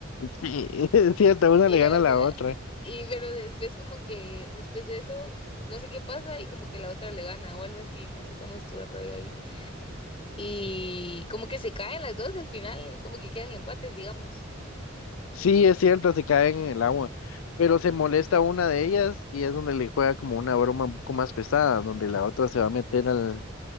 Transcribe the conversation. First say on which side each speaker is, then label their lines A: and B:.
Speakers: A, on the left; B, on the left.
A: Sí, <laughs> es cierto, una
B: Y
A: le
B: la
A: gana a
B: otra,
A: la otra.
B: y pero después como que, después de eso, no sé qué pasa y como que la otra le gana o algo así, no sé cómo estuvo el rollo ahí. Y como que se caen las dos al final, como que quedan empates, digamos.
A: Sí, es cierto, se caen en el agua. Pero se molesta una de ellas y es donde le juega como una broma un poco más pesada, donde la otra se va a meter al,